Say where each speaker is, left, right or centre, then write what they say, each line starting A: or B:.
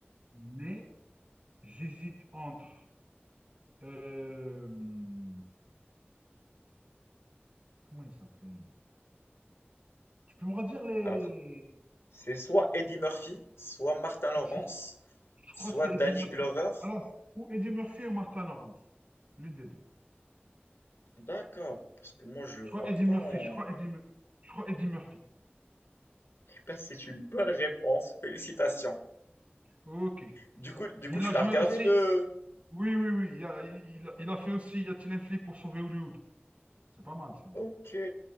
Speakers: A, on the right; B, on the left.
A: mais, j'hésite entre. euh, comment il s'appelait? Tu peux me redire les,
B: Alors,
A: les...
B: c'est soit Eddie Murphy, soit Martin Lawrence,
A: Je, Je
B: soit
A: crois que c'est
B: Danny
A: Eddie Murphy.
B: Glover.
A: Alors, ou Eddie Murphy ou Martin Lawrence. L'une des deux.
B: D'accord, parce que moi je
A: Je
B: le
A: crois
B: vois
A: Eddie
B: pas
A: Murphy.
B: en...
A: Je crois Eddie, Mu- je crois Eddie Murphy.
B: Ben, c'est une bonne réponse, félicitations.
A: Ok.
B: Du coup, du
A: Il
B: coup, tu
A: a joué
B: l'as regardé
A: aussi.
B: le...
A: Oui, oui, oui. Il a, il a- il a fait aussi Y a-t-il un flic pour sauver Hollywood? C'est pas mal, celle-là.
B: Ok,